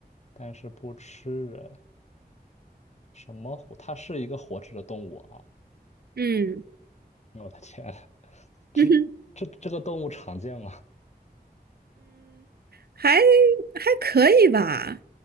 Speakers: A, on the left; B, on the right.
A: 但是不吃人？什么虎？它是一个活着的动物啊！
B: 嗯，
A: 我的天，这这这个动物常见吗？
B: <laughs> 嗯还还可以吧。